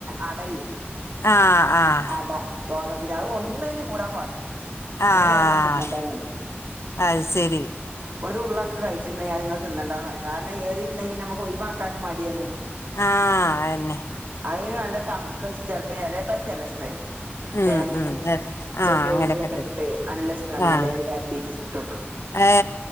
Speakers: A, on the right (about 50°); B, on the left (about 80°).
A: അടല്ലേ
B: ആഹ് ആഹ്
A: അടാ ഗോതമ്പിന്റെ അത് ഒന്നയ്ന് കൂടാൻ പാടില്ല
B: ആഹ്
A: <unintelligible> തിന്നണ്ടറിയും
B: അത് ശരി
A: ഒരു ഉള്ളൊക്കെ കഴിച്ചിട്ടുണ്ടെങ്കിൽ അങ്ങ തിണ്ടന്ന് പറഞ്ഞു കാരണം ഏറിയിട്ടുണ്ടെങ്കിൽ നമുക്ക് ഒഴിവാക്കാനും മടിയാണ്
B: ആഹ അഎന്നെ
A: അതിന് നല്ല തണുപ്പുള്ള ദിവസ <unintelligible> പ്പത്തി അല്ല ഇഷ്ട അതിന്
B: ഉം
A: തേങ്ങി
B: ഉം ഏഹ് ആഹ്
A: ചെറിയ
B: അങ്ങനെയൊക്കെ
A: ഉള്ളിയൊക്കെ ഇട്ടിട്ട് നല്ലഷ്ടാണ്
B: ആഹ്
A: എലേൽ പരത്തിയിട്ട് ചുട്ട് കൊടുക്കുന്നത്
B: ഏ